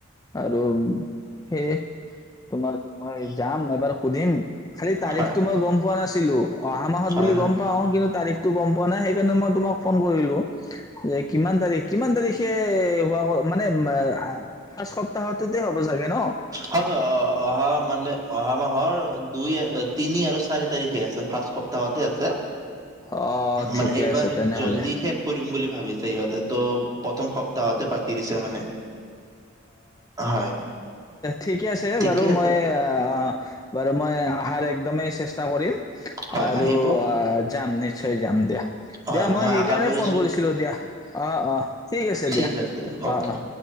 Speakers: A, on the left (about 20°); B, on the right (about 20°).
A: আৰু উ! সেইয়ে, তুমাল তোমাৰ, <inaudible> জাম এবাৰ সুধিম খালি তাৰিখতো
B: হয়
A: মই গম পোৱা নাছি তিলো, অহা মাহত
B: হয়
A: বুলি
B: হয়
A: গম তাৰিখতটো গম পোৱা নাই সেইকাৰণে মই তোমাক ফোন কৰিলো যে কিমান তাৰিখ কিমান তাৰিখ এইইই হোৱা হোৱা মানে উম্ আ আ আ ফাচ সপ্তাহতটোতে হ'ব চাগে ন!
B: হয় হয় অ অ অহা মানে অহা মাহৰ দুই এ তিনি আৰু চাৰি তাৰিখে আছে ফাচ সপ্তাহতে আছে
A: অ' ঠিকে
B: মানে এইবাৰ
A: আছে তেনেহলে!
B: জল্দি শেষ কৰিম বুলি ভাবিছে ইহঁতেত ত' প্ৰথম সপ্তাহতে পাতি দিছে মানে হয়
A: ঠিকেই আছে
B: ঠিকে
A: বাৰু
B: আছে
A: মই আ আ বাৰু মই আহাৰ একদমেই চেষ্টা কৰিম
B: হয়
A: আৰু
B: আহিব
A: আ যাম নিশ্চয় যাম দিয়া।
B: হয়
A: দিয়া মই সেইকাৰনে
B: আশা কৰিছো
A: ফোন কৰিছিলো দিয়া অ অ' তিক আছে
B: ঠিক
A: দিয়া
B: দিয়ক অকে।
A: অ' অ'